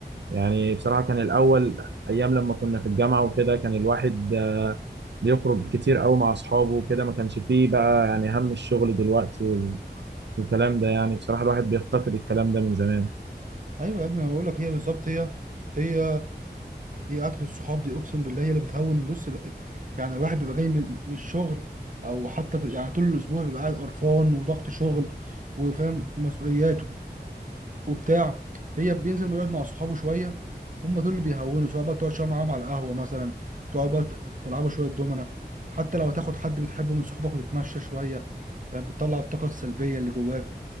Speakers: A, on the right; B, on the right.
A: يعني بصراحة كان الأول أيام لما كنا في الجامعة وكده كان الواحد بيخرج كتير أوي مع أصحابه وكده ما كانش فيه بقى يعني هم الشغل دلوقتي وال- والكلام ده يعني بصراحة الواحد بيفتقد الكلام ده من زمان
B: ايوه يا ابني انا بقول لك هي بالظبط هي هي هي اكل الصحاب دي اقسم بالله هي اللي بتهون بص ال- يعني الواحد بيبقى جاي من من الشغل او حتى في يعني طول الاسبوع بيبقى قاعد قرفان وضغط شغل وفاهم ومسؤولياته وبتاع هي بينزل يقعد مع صحابه شويه هم دول اللي بيهونوا سواء بقى تقعد شويه معاهم على القهوه مثلا تقعد بقى ت- تلعبوا شويه دومنه حتى لو هتاخد حد بتحبه من صحابك وتتمشى شويه فاهم بتطلع الطاقه السلبيه اللي جواك